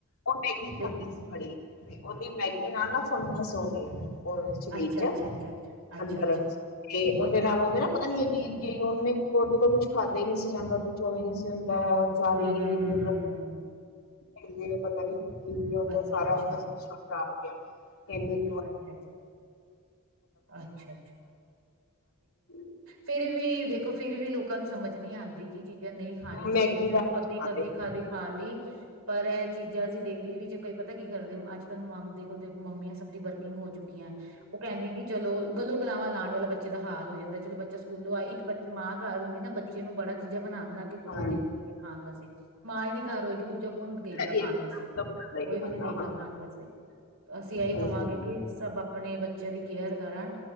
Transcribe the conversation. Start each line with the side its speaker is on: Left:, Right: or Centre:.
Left: ਉਹ ਮੈਗੀ
Right: ਦੇ
Left: ਖਾਂਦੀ ਬੜੀ, ਤੇ ਉਹਦੀ ਮੈਗੀ ਨਾਲ਼ ਨਾ ਫੰਗਸ ਹੋ ਗੀ' ' <unintelligible>
Right: ਅੱਛਾ ਅੱਛਾ ਅੱਛਾ ਅੱਛਾ ਅੱਛਾ ਅੱਛਾ
Left: ਤੇ ਉਨਦੇ ਨਾਲ਼ ਉਨਦੇ ਨਾ ਪਤਾ ਨੀ ਹੈਗੀ ਜੇ ਉਹਨੇ ਉਹਦੇ ਕੋਲ ਕੁਛ ਖਾਧਾ ਹੀ ਨੀ ਸੀ ਜਾਂਦਾ ਕੁਛ ਉਹ ਨੀ ਸੀ ਹੁੰਦਾ ਸਾਰੇ
Right: ਹਮ
Left: ਈ
Right: ਹਮ
Left: ਏ
Right: ਹਮ
Left: ਮੋਮੋ
Right: ਹਮ
Left: ਕਹਿੰਦੇ ਨੇ ਪਤਾ ਨਹੀਂ ਕਿ ' <unintelligible>
Right: ਅੱਛਾ
Left: ' ਸਾਰਾ
Right: ਅੱਛਾ
Left: ਜਿਹੜਾ ਸਿਸਟਮ ਖ਼ਰਾਬ ਹੋ ਗਿਆ। ਇੰਨੀ'
Right: ਅੱਛਾ ਅੱਛਾ ਅੱਛਾ
Left: ' <unintelligible>
Right: ਫ਼ਿਰ ਵੀ, ਦੇਖੋਂ ਫ਼ਿਰ ਵੀ ਲੋਕਾਂ ਸਮਝ ਨੀ ਆਂਦੀ ਕਿ ਚੀਜ਼ਾਂ ਨਹੀ ਖਾਣੀਆਂ
Left: ਉਹ
Right: ਚਾਹੀਦੀਆਂ
Left: ਮੈਗੀ
Right: ਚਲੋ
Left: ਦਾ
Right: ਕਦੀ-ਕਦੀ
Left: ਹਾਂਜੀ
Right: ਖਾਦੀ ਖਾ ਲੀ ਪਰ ਇਹ ਚੀਜ਼ਾਂ ਅਸੀਂ ਡੇਲੀ ਦੇ ਵਿੱਚ ਕਈ ਪਤਾ ਕੀ ਕਰਦੇ ਅੱਜ-ਕੱਲ੍ਹ ਮ ਦੇਖੋਂ ਮੰਮੀਆਂ ਦੀ ਵਰਕਿੰਗ ਹੋ ਚੁੱਕੀ ਆ ਉਹ ਕਹਿੰਦੀ ਕਿ ਚਲੋ ਗਲੋ ਗਲਾਵਾਂ ਲਾਣ ਵਾਲਾ ਬ ਬੱਚੇ ਦਾ ਹਾਲ ਹੋ ਜਾਂਦਾ। ਚਲੋ ਬੱਚਾ ਸਕੂਲੋਂ ਆਏ ਇੱਕ ਬ ਮਾਂ ਘਰ ਹੁੰਦੀ ਨਾ ਬੱਚੇ ਨੂੰ ਬੜਾ ਚੀਜ਼ਾਂ ਬਣਾ-ਬਣਾ ਕੇ ਕੋਲੋਂ
Left: ਹਾਂ
Right: ਦਿੰਦੀ ਐ ਖਾਣ ਵਾਸਤੇ, ਮਾਂ ਈ ਨੀ ਘਰ ਹੋਏਗੀ, ਦੂਜਾ ਕੌਣ ਗਏਗਾ
Left: ਇਹ
Right: ਖਾਣ ਵਾਸਤੇ ਕੋਈ
Left: ਬੰਦਾ
Right: ਵੀ ਨੀ ਦੇਗਾ
Left: ਹਾਂ
Right: ਖਾਣ ਵੈਸੇ, ਅਸੀਂ ਆਈ
Left: ਹਾਂ
Right: ਸਭ ਆਪਣੇ ਬੱਚਿਆਂ ਦੀ ਕੇਅਰ ਕਰਨ